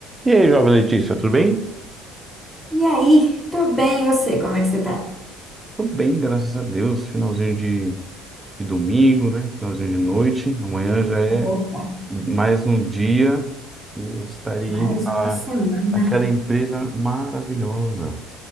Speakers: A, on the right; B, in the centre.
A: E aí, jovem Letícia, tudo bem?
B: E aí, tô bem, eu sei como é que você tá?
A: Tudo bem, graças a Deus. Finalzinho de, de domingo, né? Finalzinho de noite. Amanhã já é
B: Opa,
A: mais um dia que eu estarei
B: Mais
A: indo para
B: uma semana
A: aquela empresa maravilhosa.